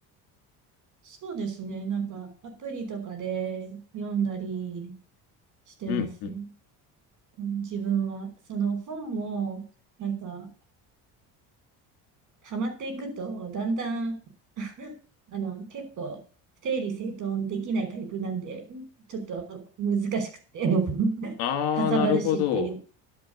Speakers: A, on the right; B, on the left.
A: そうですね。なんか、アプリとかで読んだりしてますね。
B: うん、うん。
A: うん自分は。その本も、なんか、ハマっていくと、だんだん、<laughs> あの、結構、整理整頓できないタイプなんで、ちょっと難しくて、<laughs>
B: ああ、
A: かさばるしっていう
B: なるほど。